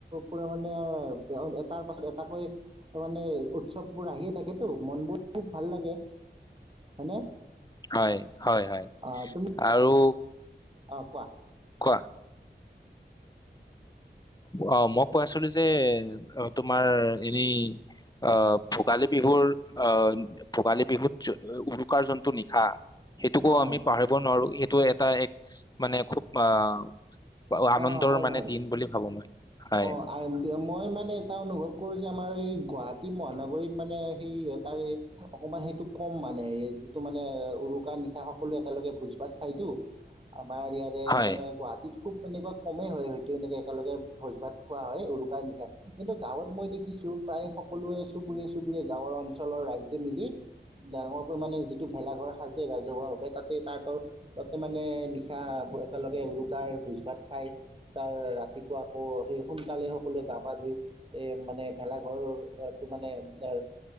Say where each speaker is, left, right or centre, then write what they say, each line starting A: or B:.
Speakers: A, on the right (about 30°); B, on the left (about 20°).
A: পৰা মানে এটাৰ পাছত এটাকৈ মানে উৎসৱবোৰ আহিয়ে থাকেতো, মনবোৰ খুব ভাল লাগে হয়নে?
B: হয়, হয়, হয়
A: আহ তুমি
B: আৰু
A: অ কোৱা
B: কোৱা। অ, মই কৈ আছিলো যে তোমাৰ এনেই, আহ ভোগালী বিহুৰ, আহ ভোগালী বিহুত উৰুকাৰ জন্তু নিশা সেইটোকো
A: অ',
B: আমি পাহৰিব নোৱাৰো এইটো এটা এক, মানে খুব আহ আনন্দৰ
A: অ', হয়,
B: মানে
A: হয়।
B: দিন বুলি মই। হয়
A: অ, মই মানে এটা অনুভৱ কৰো যে আমাৰ এই গুৱাহাটী মহানগৰীত মানে সেই তাৰে অকমান সেইটো কম মানে, যিটো মানে উৰুকাৰ নিশা সকলো একেলগে ভোজ ভাত খাইতো আমাৰ ইয়াৰে
B: হয়
A: মানে গুৱাহাটীত খুব এনেকুৱা কমেই হয় হয়। সেইটো সেনেকে একেলগে । ভোজ ভাত খোৱা হয় উৰুকাৰ নিশা কিন্তু গাঁৱত মই দেখিছো প্ৰায় সকলোৱে চুবুৰীয়ে চুবুৰীয়ে গাঁৱৰ অঞ্চ অঞ্চলৰ ৰাইজে মিলি ডাঙৰকৈ মানে যিটো ভেলাঘৰ সাজে ৰাজহুৱাভাৱে তাতে তাৰ তাতে মানে নিশা একেলগে উৰুকাৰ ভোজ ভাত খাই তাৰ ৰাতি আকৌ সেই সোনকালে সকলোৱে গা পা ধুই এই মানে ভেলাঘৰটো মানে এ